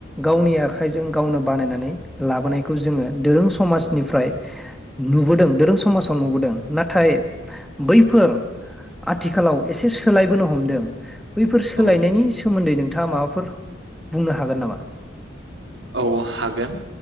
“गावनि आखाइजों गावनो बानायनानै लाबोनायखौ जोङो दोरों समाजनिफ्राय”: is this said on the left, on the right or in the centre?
Centre